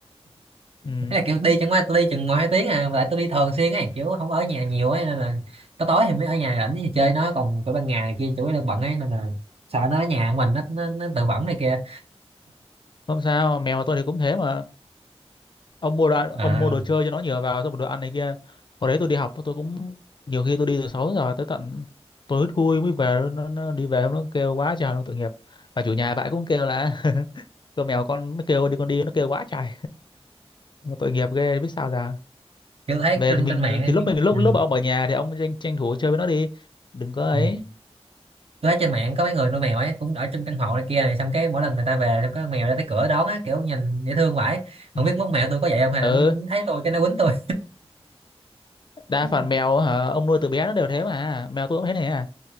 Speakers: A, on the left (about 45°); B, on the right (about 65°).
A: ừ.
B: Thế là kiểu đi chẳng qua tôi đi chừng một hai tiếng à mà lại tôi đi thường xuyên ấy kiểu không có ở nhà nhiều ấy nên là có tối thì mới ở nhà rảnh thì chơi nó còn cái ban ngày này kia chủ yếu là bận ấy nên là sợ nó ở nhà của mình nó nó, nó tự vẫn này kia
A: không sao mèo tôi thì cũng thế mà ông mua đồ ăn,
B: à,
A: ông mua đồ chơi cho nó nhiều vào xong rồi đồ ăn này kia hồi đấy tôi đi học tôi cũng nhiều khi tôi đi từ 6 giờ tới tận tối thui mới về nó, nó đi về nó kêu quá trời nó tội nghiệp và chủ nhà bạn cũng kêu là <laughs> con mèo con mới kêu đi con đi nó kêu quá trời Mà tội nghiệp ghê biết sao giờ
B: kiểu tôi thấy
A: về
B: trên
A: thì mình
B: trên mạng ấy.
A: thì lúc mình lúc
B: Ừ.
A: lúc ông ở nhà thì ông tranh, tranh thủ chơi với nó đi đừng có ấy
B: Ừ. Tôi thấy trên mạng có mấy người nuôi mèo ấy cũng ở trong căn hộ này kia này xong cái mỗi lần người ta về xong có con mèo ra tới cửa đón á kiểu nhìn dễ thương vãi
A: ừ,
B: không biết mốt mèo tôi có vậy không hay
A: Ừ,
B: là nó thấy tôi cái nó quýnh tôi
A: đa
B: <laughs>
A: phần mèo hả ông nuôi từ bé nó đều thế mà mèo tôi cũng thế này à.